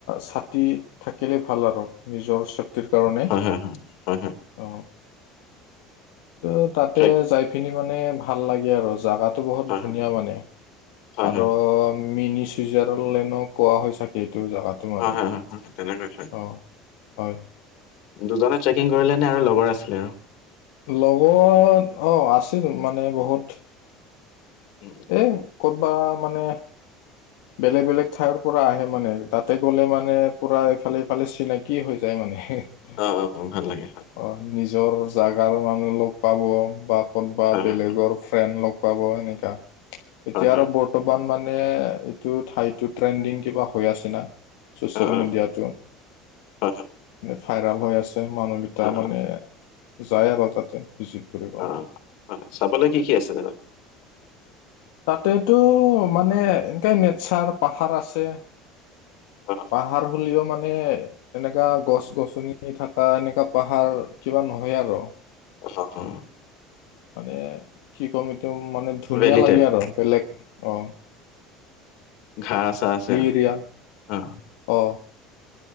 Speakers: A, on the left; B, on the left.
A: ছাতি থাকিলে ভাল আৰু নিজৰ চেফটিৰ ছেভ কাৰণে।
B: হয় হয় হয় হয় হয়
A: অঁ, অও তাতে
B: ট্ৰেক
A: যাইপিনি মানে ভাল লাগে আৰু জাগাট্ টো বহুত
B: হয়
A: ধুনীয়া
B: হয়
A: মানে
B: হয়
A: আৰু
B: হয়
A: মিনি চুইজাৰ লেনো মানে কোৱা হয় চাগে এইটো জাগাটো মানে?।
B: হয় হয় হয় হয় তেনেকৈ হয়
A: অঁ, হয়।
B: দুজনে ট্ৰেকিং কৰিলে নে আৰু লগৰ আছিলে আৰু?
A: লগত অঁ, আছিল মানে বহুত।
B: উম,
A: এই ক'ত বা মানে বেলেগ বেলেগ ঠাইৰ পৰা আহে মানে, তাতে গ'লে মানে পুৰা ইফালে ইফালে চিনাকি হৈ যায় মানে হেঁহ্। অহ্,
B: অ অ অ, ভাল লাগে হয়
A: নিজৰ জাগাৰ মানুহ লগ পাব বা ক'ত বা
B: হয়
A: বেলেগৰ
B: হয়
A: ফ্ৰেণ্ড লগ পাব এনেকা। এতিয়া
B: হয় হয়
A: আৰু বৰ্তমান মানে এইটো ঠাইটো ট্ৰেণ্ডিং কিবা হৈ আছে না। চ'ছিয়েল
B: অ অ
A: মেডিয়াটো
B: হয় হয়
A: ভাইৰেল হৈ আছে মানুহ তাৰ
B: অ অ
A: মানে যায় আৰু তাতে ভিজিট কৰিব।
B: অ হয়, চাবলে কি কি আছে বাৰু?
A: তাতেটো মানে এনেকে নেচাৰ পাহাৰ আছে।
B: অ
A: পাহাৰ হ'লেও মানে এনেকা গছ-গছনি থাকা এনেকা পাহাৰ কিবা নহয় আৰু।
B: আমাৰটো
A: মানে কি ক'ম এইটো মানে ধুনীয়া
B: ভেলি
A: লাগে
B: টাইপ
A: আৰু বেলেগ, অঁ।
B: ঘাঁ-চা আছে আৰু
A: এৰিয়া
B: অঁ।
A: অ।